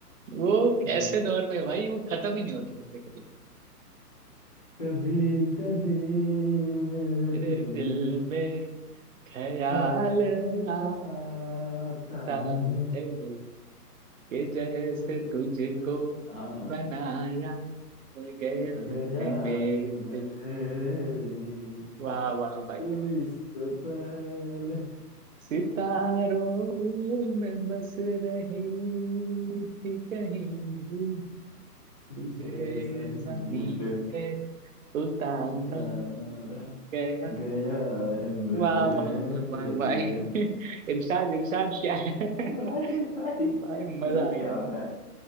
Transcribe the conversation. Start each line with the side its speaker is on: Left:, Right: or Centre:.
Right: वो
Left: अ,
Right: ऐसे दौर में भाई वो खत्म ही नहीं होते होते कभी
Left: कभी कभी मेरे
Right: तेरे
Left: दिल
Right: दिल
Left: में
Right: में ख्याल
Left: ख्याल
Right: आता
Left: आता
Right: है
Left: है
Right: कि जैसे
Left: तो इस-
Right: तुझको
Left: हाँ
Right: बनाया गया
Left: गया
Right: है मेरे
Left: हूँ मेरे
Right: लिए।
Left: लिए
Right: वाह वाह भाई
Left: तू इससे पहले
Right: सितारों में बस रही थी कहीं
Left: तुझे
Right: तुझे
Left: जमीन
Right: जमीन
Left: पे
Right: पे उतारा
Left: उतारा
Right: गया है
Left: गया है मेरे
Right: वाह वाह वाह वाह भाई
Left: लिए
Right: <laughs> इरशाद इरशाद क्या है <laughs>
Left: भाई भाई ये
Right: भाई मजा
Left: सब
Right: आ गया
Left: क्या हो रहा है